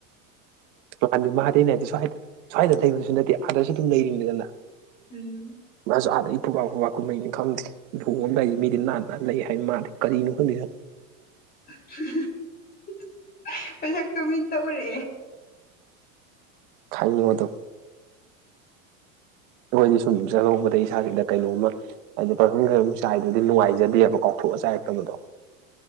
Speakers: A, on the right; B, on the left.
A: ꯃꯥꯥꯟꯗꯤ ꯃꯥꯗꯤꯩꯅ ꯍꯥꯏꯗꯦ ꯁ꯭ꯋꯥꯏꯗ ꯁ꯭ꯋꯥꯏꯗ ꯂꯩꯕꯁꯨ ꯅꯠꯇꯦ ꯑꯥꯗꯁꯨ ꯑꯗꯨꯝ ꯂꯩꯔꯤꯅꯤꯗꯅ
B: ꯎꯝ
A: ꯁꯨ ꯌꯥꯗ ꯄꯨꯕꯕꯥ ꯕꯕꯥ ꯀꯨꯝꯍꯩꯅꯤ ꯈꯪꯗꯦ ꯂꯨꯣꯡꯉꯝꯗꯥꯏꯁꯦ ꯃꯤꯗꯤ ꯅꯥꯟꯅ ꯅꯥ ꯂꯩ ꯍꯥꯏꯕ ꯃꯥꯗꯤ ꯀꯔꯤꯅꯣ ꯈꯪꯗꯣꯏꯅꯣ <unintelligible>
B: <unintelligible> ꯃꯊꯛꯇꯣ ꯃꯤ ꯇ ꯎꯔꯦ
A: ꯈꯥꯏ ꯌꯗ ꯑꯩꯈꯣꯏꯗꯤ ꯁꯨꯝ ꯆꯠꯊꯣꯛꯄꯗ ꯏꯁꯥꯁꯤꯗ ꯀꯩꯅꯣꯝꯃ ꯍꯥꯏꯗꯤ ꯄꯔꯐ꯭ꯌꯨꯝ ꯈꯔ ꯆꯥꯏꯗ꯭ꯔꯗꯤ ꯅꯨꯡꯉꯥꯏꯖꯗꯦꯕ ꯀꯥꯎꯊꯣꯛ ꯄꯠ ꯆꯥꯏꯔꯛꯇꯕꯗꯣ